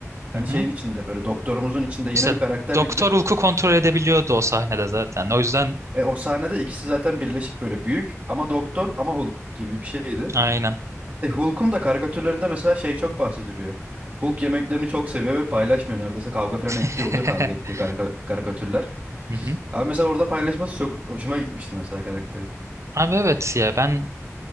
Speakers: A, on the right (about 30°); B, on the right (about 65°).
A: Hani
B: Hı hı.
A: şeyin içinde böyle doktorumuzun içinde yeni
B: İşte
A: bir karakter
B: Doktor
A: gibi.
B: Hulk'u kontrol edebiliyordu o sahnede zaten. O yüzden
A: E, o sahnede ikisi zaten birleşik böyle büyük ama doktor
B: Hı hı.
A: ama Hulk gibi bir şeydi.
B: aynen.
A: E, Hulk'un da karikatürlerinde mesela şey çok bahsediliyor. Hulk yemeklerini çok seviyor ve paylaşmıyor neredeyse kavga falan ettiği
B: <laughs>
A: oluyor kavga ettiği karika- karikatürler.
B: Hı hı.
A: Abi mesela orada paylaşması çok hoşuma gitmişti mesela karakterin.
B: Abi evet ya ben